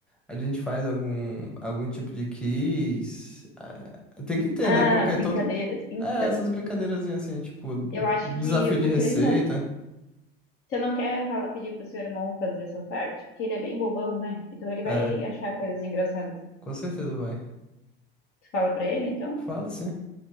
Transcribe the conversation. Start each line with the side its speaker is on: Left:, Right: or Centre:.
Centre: A gente faz algum, algum tipo de quiz. Ah, Tem que ter,
Left: Ah,
Centre: né? Porque
Left: as brincadeiras.
Centre: todo.
Left: Então.
Centre: É, essas brincadeirazinhas assim, tipo,
Left: Eu acho
Centre: desafio
Left: que
Centre: de
Left: o
Centre: receita.
Left: teu irmão. Você não quer falar, pedir pro seu irmão fazer essa parte? Porque ele é bem bobão, né? Então ele
Centre: É,
Left: vai achar coisas engraçadas.
Centre: com certeza vai.
Left: Tu fala pra ele, então?
Centre: Fala sim.